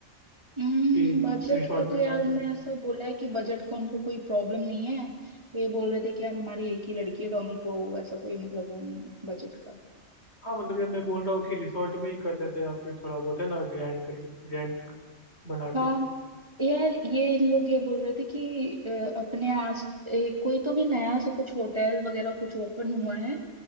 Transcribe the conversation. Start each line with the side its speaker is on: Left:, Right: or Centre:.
Right: हम्म
Left: कि
Right: बजट
Left: रिसोर्ट
Right: का
Left: में
Right: तो
Left: करा
Right: यार
Left: सकें
Right: उनने ऐसा बोला है कि बजट का उनको कोई प्रॉब्लम नहीं है वो ये बोल रहे थे कि यार हमारी एक ही लड़की है तो हमको ऐसा कोई मतलब वो नहीं है बजट का
Left: हाँ मतलब यार मैं बोल रहा हूँ कि रिसोर्ट में ही कर लेते हैं या फिर थोड़ा बहुत है ना ग्रैंड करी ग्रैंड बना
Right: हाँ
Left: के
Right: यार ये इन लोग ये बोल रहे थे कि अ, अपने आस ए, कोई तो भी नया सा कुछ होटल वगैरह कुछ ओपन हुआ है